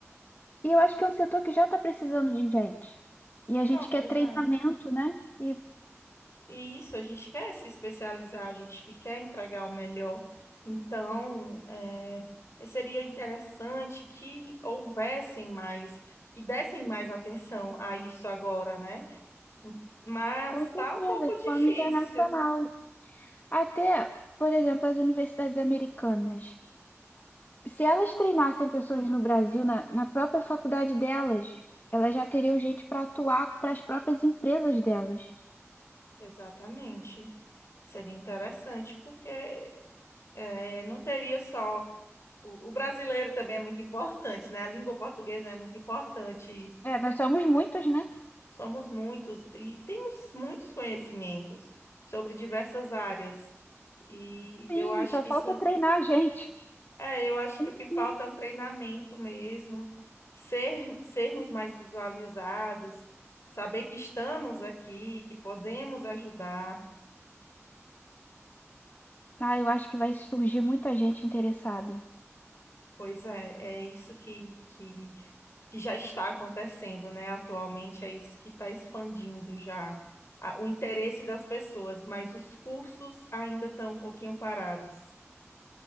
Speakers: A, on the left; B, on the left.
A: E eu acho que é um setor que já está precisando de gente. E a gente
B: Não,
A: quer
B: exato.
A: treinamento, né? E
B: E isso, a gente quer se especializar, a gente quer entregar o melhor. Então, é seria interessante que houvessem mais, que dessem mais atenção a isso agora, né? Mas
A: com
B: está
A: certeza,
B: um pouco
A: de
B: difícil.
A: forma internacional. Até, por exemplo, as universidades americanas. Se elas treinassem pessoas no Brasil, na, na própria faculdade delas, elas já teriam gente para atuar para as próprias empresas delas.
B: Exatamente. Seria interessante, porque eh, não teria só. O, o brasileiro também é muito importante, né? A língua portuguesa é muito importante.
A: É, nós somos muitos, né?
B: Somos muitos e temos muitos conhecimentos sobre diversas áreas. E
A: Sim,
B: eu acho
A: só
B: que
A: falta
B: isso,
A: treinar a gente.
B: é, eu acho
A: Como
B: que o que
A: assim?
B: falta é um treinamento mesmo, ser, sermos mais visualizados, saber que estamos aqui, que podemos ajudar.
A: Ah, eu acho que vai surgir muita gente interessada.
B: Pois é, é isso que, que, que já está acontecendo, né? Atualmente é isso que está expandindo já a- o interesse das pessoas, mas os cursos ainda estão um pouquinho parados.